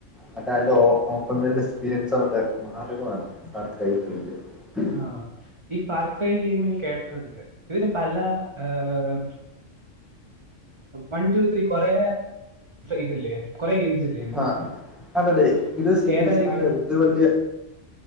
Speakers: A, in the centre; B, on the right (about 25°).
A: മറ്റേ അല്ല ഓപ്പൺ മൈൽഡ് എക്സ്പീരിയൻസ് ആവട്ടെ മാർഗമാണ് സർക്രസ് <unintelligible>
B: ആഹ് ഈ ഫാർക്കൈ ഗെയിമിന് കേട്ടിട്ടുണ്ട് ഇതിന് പല ഏഹ് വൺ ടു ത്രീ കൊറെ ഇതില്ലേ കുറെ ഗെയിംസ് ഇൽ
A: ആഹ് അതതെ ഇത് സീരീസ്
B: ഏതായിരിക്കും
A: <unintelligible> ഇത് വലിയ